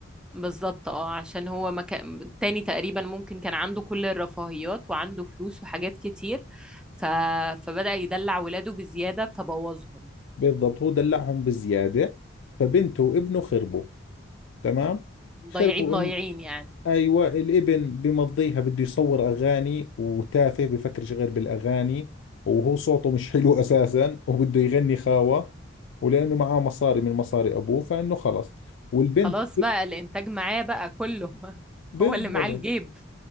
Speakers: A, in the centre; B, on the left.
A: بالظبط اه عشان هو ما كان التاني تقريبا ممكن كان عنده كل الرفاهيات وعنده فلوس وحاجات كتير ف... فبدأ يدلع ولاده بزيادة فبوظهم
B: بالضبط هو دلعهم بزيادة فبنته وابنه خربوا تمام
A: ضايعين
B: خربوا
A: ضايعين
B: إن
A: يعني
B: ايوه الابن بمضيها بده يصور اغاني وتافه بفكرش غير بالاغاني وهو صوته مش حلو اساسا وبده يغني خاوه ولانه معاه مصاري من مصاري ابوه فانه خلص والبنت
A: خلاص بقى الانتاج معاه بقى كله <laughs>
B: بالضبط
A: هو اللي معاه الجيب